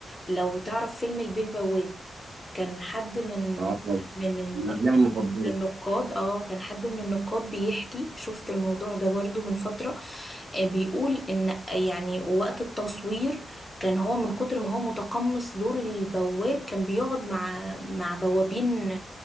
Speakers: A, on the left; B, on the right.
A: لو تعرف فيلم البيه البواب كان حد من
B: أه طبعا
A: من
B: من
A: من
B: أفلامي المفضلة
A: من النقاد اه كان حد من النقاد بيحكي شفت الموضوع ده برضو من فترة آه، بيقول ان يعني وقت التصوير كان هو من كتر ما هو متقمص دور البواب كان بيقعد مع مع بوابين